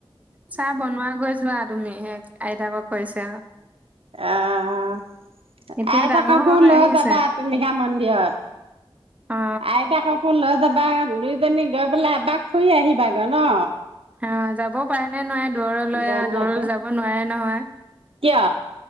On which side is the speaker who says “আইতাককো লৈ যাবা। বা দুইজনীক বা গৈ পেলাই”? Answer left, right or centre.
Right